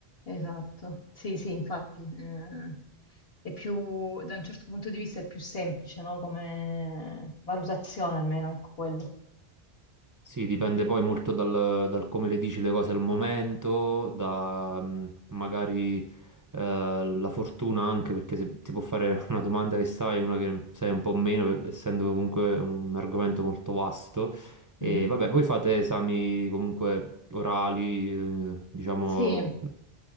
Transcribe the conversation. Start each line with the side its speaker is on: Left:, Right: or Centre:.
Left: Esatto, sì, sì, infatti, eh, è più, da un certo punto di vista è più semplice, no? Come valutazione almeno, ecco quello.
Right: Sì, dipende poi molto dal, dal come le dici le cose al momento, da mm, magari eh, la fortuna anche, perché se ti può fare una domanda che sai, una che sai un po' meno, essendo comunque un argomento molto vasto. E
Left: Mhm.
Right: vabbè, voi fate esami comunque orali, eh, diciamo...
Left: Sì,